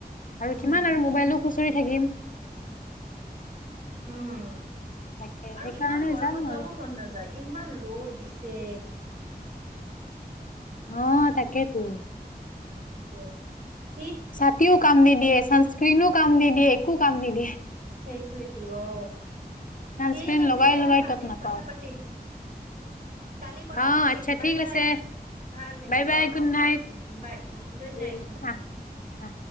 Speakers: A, on the left; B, on the right.
A: আৰু
B: উম
A: কিমান আৰু মোবাইলো খুচৰি থাকিম
B: উম
A: তাকে
B: আৰু
A: সেইকাৰণে
B: ইমান গৰমত
A: যাম
B: ওলাব
A: আৰু
B: মন নাযায় ইমান ৰ'দ দিছে
A: অ তাকে তো
B: সেইটোৱেইটো
A: ছাতিও কাম নিদিয়ে চাণচক্ৰীমেও কাম নিদিয়ে একো কাম নিদিয়ে
B: সেইটোৱেটো অ
A: ছানস্ক্ৰীন
B: ঠিক আছে
A: লগাই
B: দিয়া
A: লগাই
B: কালি
A: তত নাপাওঁ
B: কথা পাতিম কালি কথা
A: অ
B: পাতিম
A: আচ্ছা
B: বাই
A: ঠিক
B: বাই
A: আছে
B: ভাল লাগিল
A: বাই বাই
B: অ
A: গুড
B: অ
A: নাইট
B: অ উ বাই উ গুড
A: ঠিক
B: নাইট
A: আছে
B: উ
A: আহ
B: উ
A: আহ
B: উ।